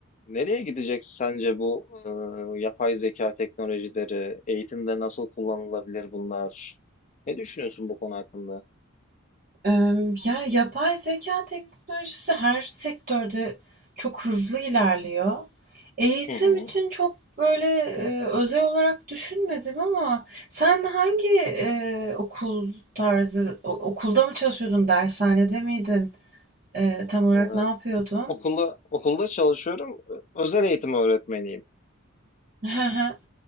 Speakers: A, on the left (about 35°); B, on the right (about 40°).
A: nereye gidecek sence bu e, yapay zeka teknolojileri? Eğitimde nasıl kullanılabilir bunlar? Ne düşünüyorsun bu konu hakkında?
B: Ee, ya yapay zeka teknolojisi her sektörde çok hızlı ilerliyor. Eğitim
A: Hı hı.
B: için çok böyle e, özel olarak düşünmedim ama sen hangi e, okul tarzı, o- okulda mı çalışıyordun, dershanede miydin? E, tam olarak
A: Ee,
B: ne yapıyordun?
A: okulda okulda çalışıyorum. Özel eğitim öğretmeniyim.
B: <laughs>